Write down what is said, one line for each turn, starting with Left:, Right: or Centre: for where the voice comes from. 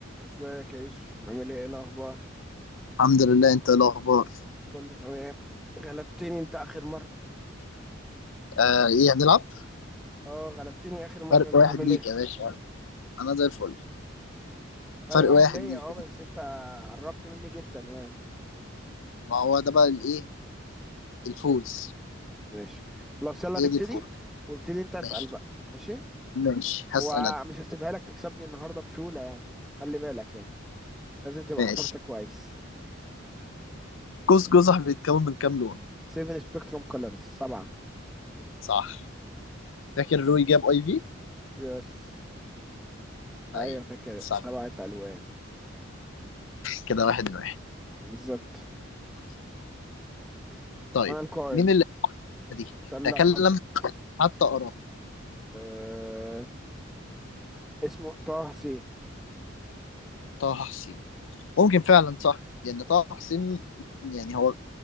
Centre: ازيك يا يوسف عامل ايه ايه الاخبار
Left: الحمد لله انت ايه الاخبار
Centre: كله تمام غلبتني انت اخر مره
Left: آه ايه هنلعب
Centre: اه غلبتني اخر مره
Left: فرق
Centre: انت
Left: واحد
Centre: عامل
Left: ليك
Centre: ايه
Left: يا باشا انا زي الفل
Centre: فرق
Left: فرق
Centre: واحد
Left: واحد
Centre: ليا
Left: ليك
Centre: اه بس انت قربت مني جدا يعني
Left: ما هو ده بقى الايه الفوز
Centre: ماشي خلاص يلا
Left: هي
Centre: نبتدي
Left: دي الفوز
Centre: وابتدي انت اسال
Left: ماشي
Centre: بقى ماشي
Left: ماشي هسأل
Centre: هو
Left: انا
Centre: مش هسيبها لك تكسبني النهارده بسهوله يعني خلي بالك يعني لازم تبقى
Left: ماشي
Centre: حضرتك كويس
Left: قوس قزح بيتكون من كام لون
Centre: 7 سبيكتروم كولرز سبعه
Left: صح فاكر روي جاب اي في
Centre: يس ايوه
Left: ايوه
Centre: فاكر
Left: صح
Centre: سبعه الوان
Left: كده واحد واحد
Centre: بالظبط
Left: طيب
Centre: انا القائل
Left: مين اللي دي
Centre: كان
Left: تكلم
Centre: لو حط
Left: حتى اراه
Centre: آه... اسمه طه سي
Left: طه حسين ممكن فعلا صح لان طه حسين يعني هو